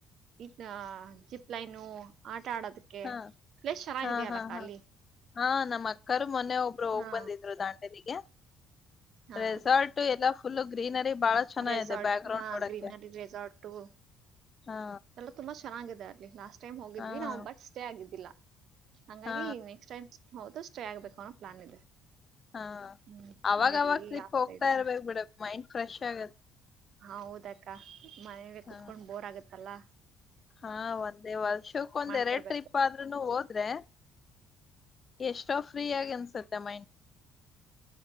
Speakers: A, on the right; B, on the left.
A: ಇ ಜಿಪ್ ಲೈನು ಆ ಆಡೋದಕ್ಕೆ
B: ಹಾ
A: ಪ್ಲೇಸ್ ಚೆನ್ನಾಗಿದ್ಯಲ್ಲಕ್ಕ
B: ಹಾ ಹಾ ಹಾ
A: ಅಲ್ಲಿ
B: ಹಾ ನಮ್ ಮೊನ್ನೆ ಒಬ್ರು ಹೋಗ್
A: ಹಾ
B: ಬಂದಿದ್ರು ದಾಟೆನಿಗೆ
A: ಹಾ
B: ರೆಸಾರ್ಟ ಎಲ್ಲಾ ಫುಲ್ ಗ್ರೀನರಿ ಬಾಳ ಚೆನ್ನಾಗಿದೆ
A: ರೆಸಾರ್ಟ್
B: ಬ್ಯಾಕ್ ಗ್ರೌಂಡ್
A: ಹಾ
B: ನೋಡಕ್ಕೆ
A: ಗ್ರೀನರಿ ರೆಸಾರ್ಟಲ್ಲ
B: ಹಾ
A: ತು ಚೆನ್ನಾಗಿದೆ ಅಲ್ಲಿ ಲಾಸ್ಟ್ ಟೈಮ್ ಹೋಗಿದ್ವಿ
B: ಹಾ
A: ನಾವು ಬಟ್ ಸ್ಟೇ ಆಗಿದ್ದಿಲ್ಲಾ ಹಂಗಾಗಿ
B: ಹಾ
A: ನೆಕ್ಸ್ಟ್ ಟೈಮ್ ಹೌದು ಸ್ಟೇ ಆಗ್ಬೇಕು ಅನ್ನೋ ಪ್ಲಾನ್ ಇದೆ
B: ಹಾ
A: ಹ್ಮ್
B: ಅವಾಗವಾಗ
A: ಅಂಡಲ್ಲಿ
B: ಟ್ರಿಪ್
A: ಆಾಸ್ತ
B: ಹೋಗ್ತಾ
A: ಇದಲ್ಲ
B: ಇರ್ಬೇಕ್ ಬಿಡ ಮೈಂಡ್ ಫ್ರೆಶ್ ಆಗತ್
A: ಹ ಹೌದಕ್ಕ ಮನೇ
B: ಹ
A: ಕುೂತ್ಕೊಂಡ್ ಬೋರ್ ಆಗತ್ತಲ್ಲಾ
B: ಹಾ ಒಂದೇ ವರ್ಷಕ್ಕ ಒಂದ್
A: ಮಾಡ್ತಿರ್ಬೇಕು
B: ಎರಡ್ ಟ್ರಿಪ್ ಆದ್ರರುನು ಹೋದ್ರೆ ಎಷ್ಟೋ ಫ್ರೀ ಆಾಗಿ ಅನ್ಸತ್ತೆ ಮೈಂಡ್